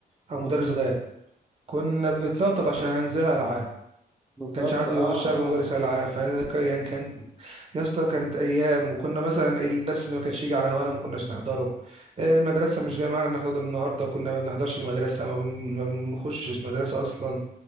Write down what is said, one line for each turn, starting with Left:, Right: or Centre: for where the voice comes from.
Right: او
Centre: مم.
Right: مدرس غاب كنا بنتنطط عشان هننزلها العاب
Centre: بالظبط
Right: ما كانش حد
Centre: آه
Right: بيخشها
Centre: آه
Right: غير مدرس العاب فانا ك- يعني كان يا اسطى كانت ايام وكنا مثلا الدرس اللي ما كانش يجي على هوانا ما كناش نحضره المدرسه مش جايه معانا نحضر النهارده كنا ما بنحضرش المدرسه ما بن- ما بنخشش المدرسه اصلا